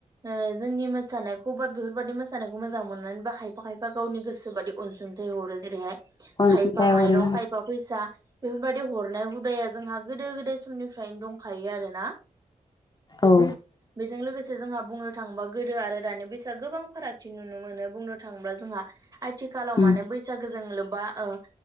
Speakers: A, on the right; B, on the left.
A: ओ जोंनि मोसानायखौ बा बेफोरबादि मोसानायखौ मोजां मोननानै बा खायफा खायफा गावनि गोसो बादि अनसुं थाइ हरो जेरैहाय
B: अनसुंथाइ
A: खायफा माइरं
B: हरो
A: खायफा फैसा बेफोरबायदि हरनाय हुदाया जोंहा गोदो गोदाय समनिफ्रायनो दंखायो आरो ना।
B: औ
A: बेजों लोगोसे जोंहा बुंनो थाङोबा गोदो आरो दानि बैसागो गोबां फारागथि नुनो मोनो बुंनो थाङोब्ला जोंहा आथिखालाव
B: उम
A: माने बैसागोजों लोब्बा ओ